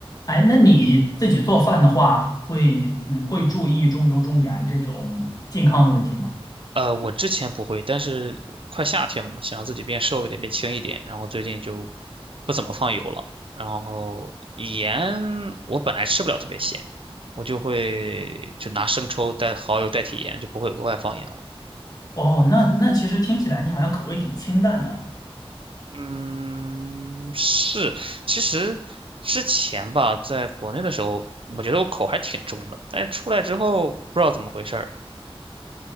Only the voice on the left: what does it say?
哎，那你自己做饭的话，会嗯会注意重油重盐这种健康的问题吗？
哦，那那其实听起来你好像口味挺清淡的啊。